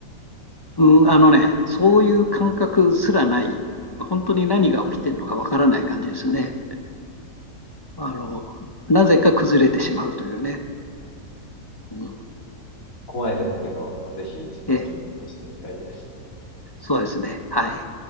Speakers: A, on the left (about 30°); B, on the left (about 55°).
A: うん、あのね、そういう感覚すらない、本当に何が起きてるのかわからない感じですね。あの、なぜか崩れてしまうというね。うん、
B: 怖いですけど、ぜひ一度気にしてみたいです。
A: え、そうですね。はい。